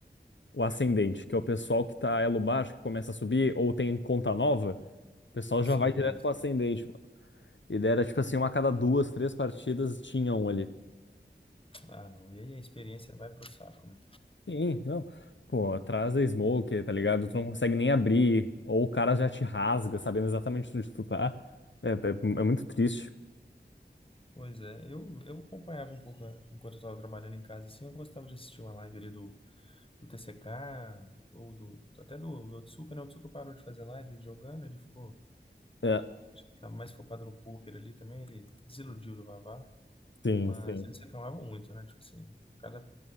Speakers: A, on the left; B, on the left.
A: o ascendente, que é o pessoal que tá elo baixo, que começa a subir, ou tem conta nova, o pessoal já
B: Sim,
A: vai direto
B: sim.
A: pro ascendente. mano. E daí era tipo assim, uma a cada duas, três partidas tinha um ali.
B: Ah, não. E aí a experiência vai pro saco, né?
A: Sim, não. Pô, atrás da smoke, tá ligado? Tu não consegue nem abrir, ou o cara já te rasga, sabendo exatamente onde tu tá. É, é, é muito triste.
B: Pois é, eu, eu acompanhava um pouco a- enquanto eu tava trabalhando em casa, assim, eu gostava de assistir uma live ali do, do TCK, ou do, até do, do Otsuka, né? O Otsuka parou de fazer live jogando, ele ficou,
A: É,
B: acho que ele tá mais focado no poker ali também, ele desiludiu do Vavá,
A: sim,
B: mas
A: sim,
B: eles reclamavam muito, né? Tipo assim, a cada